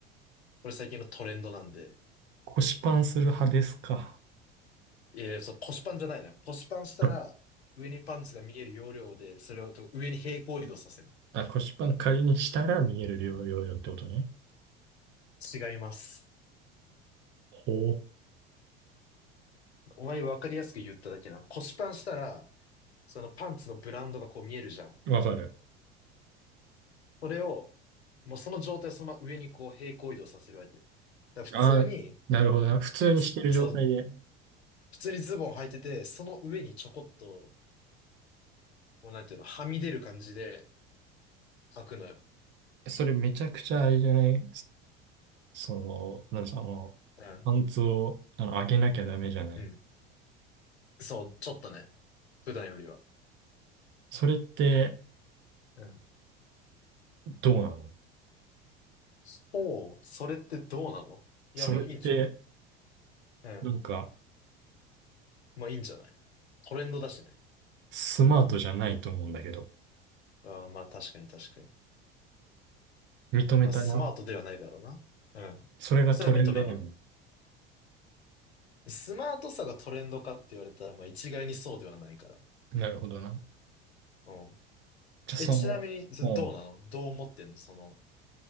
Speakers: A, on the left; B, on the right.
A: これ最近のトレンドなんで。
B: 腰パンする派ですか。
A: いや、そう、腰パンじゃないのよ。腰パンしたら、
B: <laughs>
A: 上にパンツが見える要領で、それを上に平行移動させる。
B: あ、腰パン仮にしたら見えるよ量よってことね。
A: 違います。
B: ほ
A: お前に分かりやすく言っただけな。腰パンしたら、そのパンツのブランドがこう見えるじゃん。
B: う。わかる。
A: それを、もうその状態をそのまま上にこう平行移動させるわけよ。だから普通に、
B: ああ、なるほどな。普通にしてる状態で。
A: ず、そう、普通にズボン履いてて、その上にちょこっと、こうなんていうの、はみ出る感じで履くのよ。
B: それめちゃくちゃあれじゃないそその、なんですか、あの、
A: うん。
B: パンツを、あの、上げなきゃダメじゃない。
A: うん。そう、ちょっとね。普段よりは。
B: それって
A: うん。
B: どうなの
A: そう、それってどうなのいや、
B: それって、
A: もういいんじゃないうん。
B: なんか、
A: まあいいんじゃないトレンドだしね。
B: スマートじゃないと思うんだけど。
A: ああ、まあ確かに確かに。
B: 認めたな。
A: まあ、スマートではないだろうな。うん。
B: それがトレンドなの。
A: それは認める。スマートさがトレンドかって言われたら、まあ、一概にそうではないから。
B: なるほどな。
A: うん。
B: じゃあ、
A: え、
B: その、
A: ちなみに、それどうなのどう思ってんのその、
B: もう、